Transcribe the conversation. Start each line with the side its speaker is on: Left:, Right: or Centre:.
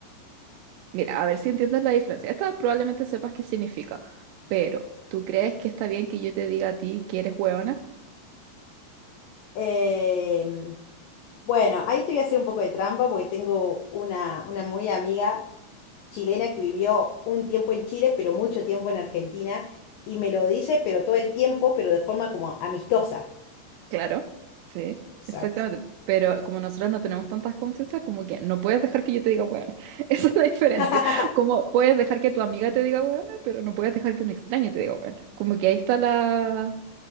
Right: mira, a ver si entiendes la diferencia. Esta probablemente sepas qué significa, pero ¿tú crees que está bien que yo te diga a ti que eres huevona?
Left: Em, bueno, ahí te voy a hacer un poco de trampa porque tengo una, una muy amiga chilena que vivió un tiempo en Chile, pero mucho tiempo en Argentina, y me lo dice, pero todo el tiempo, pero de forma como amistosa.
Right: Claro, sí,
Left: Exacto.
Right: exactamente. Pero como nosotros no tenemos tantas confianzas, como que no puedes dejar que yo te diga huevona. <laughs> Esa es la diferencia.
Left: <laughs>
Right: Como puedes dejar que tu amiga te diga huevona, pero no puedes dejar que un extraño te diga huevona. Como que ahí está la,